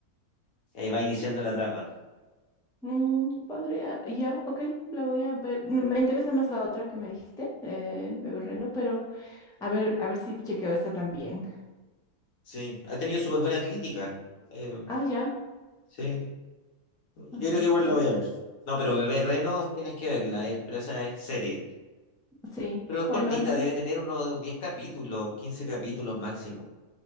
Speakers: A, on the left (about 70°); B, in the centre.
A: Ahí va iniciando la trama.
B: mm, podría, ya, ok, la voy a ver. No, Me interesa más la otra que me dijiste, eh, Bebe Reno, pero a ver, a ver si chequeo esta también.
A: Sí, ha tenido súper buena crítica. Eh,
B: Ah, ya,
A: sí, yo
B: ok,
A: creo que igual
B: ok,
A: la voy a ver. No, pero Bebé Reno tienes que verla, eh, pero esa es serie.
B: sí.
A: Pero es
B: Bueno,
A: cortita,
B: entonces
A: debe tener unos 10 capítulos, 15 capítulos máximo.